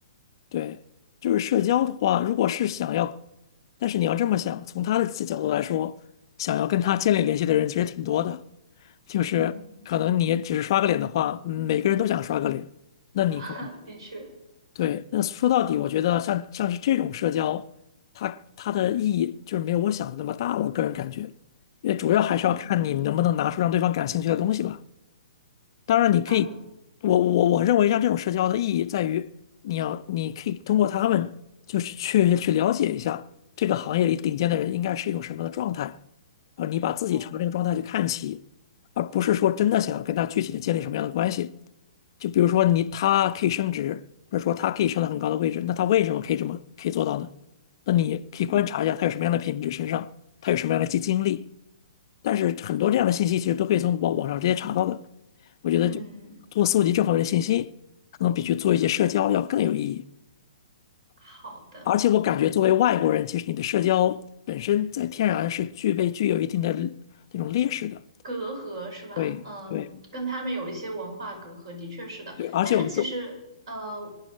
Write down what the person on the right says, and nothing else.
嗯，
<laughs>
啊，的确，
嗯
嗯，
哦，
嗯嗯。
嗯，
好的。
隔阂是吧？
嗯，跟他们有一些文化隔阂，的确是的。
但是其实，呃，